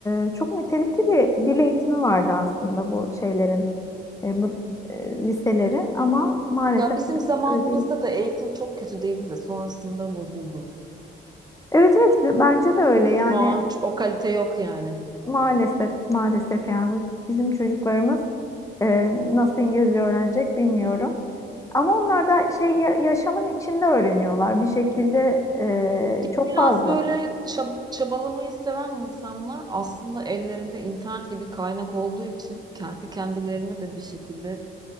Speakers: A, on the left (about 15°); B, on the right (about 20°).
A: e, çok nitelikli bir dil eğitimi vardı aslında bu şeylerin, e, bu e, liselerin ama maalesef
B: Ya bizim
A: artık
B: zamanımızda
A: öyle değil.
B: da eğitim çok kötü değildi de sonrasında bozuldu.
A: Evet evet b- bence de öyle yani
B: Şu an ç- o kalite yok yani.
A: Maalesef, maalesef yani bu bizim çocuklarımız e, nasıl İngilizce öğrenecek bilmiyorum. Ama onlar da şey ya- yaşamın içinde öğreniyorlar bir şekilde
B: Ya
A: e, çok
B: Biraz
A: fazla.
B: böyle çab- çabalamayı seven insanlar aslında ellerinde internet gibi kaynak olduğu için kendi kendilerine de bir şekilde